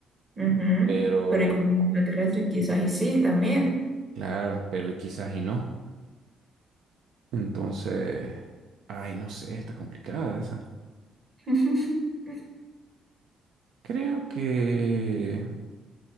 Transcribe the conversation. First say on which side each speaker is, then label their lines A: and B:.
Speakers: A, on the right; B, on the right.
A: Ujú.
B: Pero,
A: Pero y con extraterrestres quizás y sí también.
B: claro, pero y quizás y no. Entonces, ay, no sé, está complicada esa.
A: <laughs>
B: Creo que...